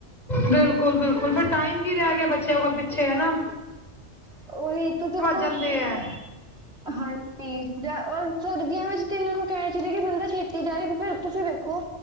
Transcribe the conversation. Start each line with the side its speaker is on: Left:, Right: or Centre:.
Left: ਬਿਲਕੁਲ, ਬਿਲਕੁਲ ਫੇਰ ਟਾਈਮ ਕੀ ਰੈ ਗਿਆ ਬੱਚਿਆ ਕੋਲ ਪਿੱਛੇ, ਹਨਾ
Right: ਉਹੀ ਤੂੰ ਤੇ ਬਿਲਕੁਲ,
Left: ਜਾਂਦੇ ਆ
Right: ਹਾਂਜੀ, ਜਾ ਔਰ ਸਰਦੀਆਂ ਵਿੱਚ ਤੇ ਏਨਾਂ ਨੂੰ ਕੈਨਾ ਚਾਈਦਾ ਕਿ ਬੰਦਾ ਛੇਤੀ ਜਾਵੇ, ਫੇਰ ਤੁਸੀ ਵੇਖੋ